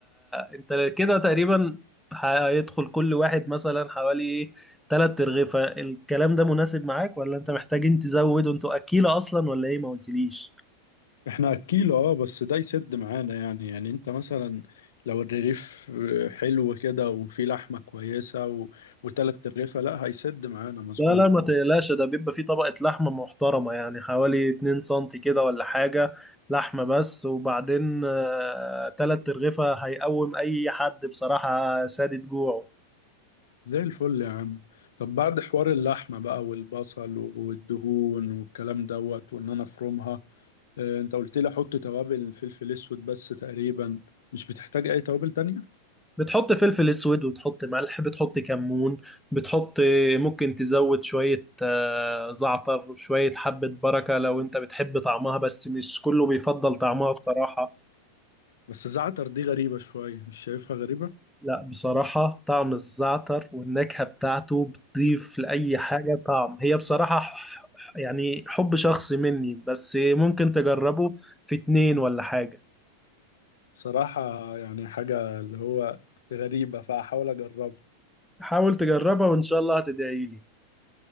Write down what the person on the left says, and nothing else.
احنا أكيل اه بس ده يسد معانا يعني يعني انت مثلا لو الرغيف حلو كده وفي لحمة كويسة و... وتلات رغيفة لا هيسد معانا مظبوط
زي الفل يا عم طب بعد حوار اللحمة بقى والبصل و- والدهون والكلام دوت وان انا افرمها آه، انت قلت لي احط توابل فلفل اسود بس تقريبا مش بتحتاج اي توابل تانية
بس زعتر دي غريبة شوية مش شايفها غريبة
بصراحة يعني حاجة اللي هو غريبة فاحاول اجربها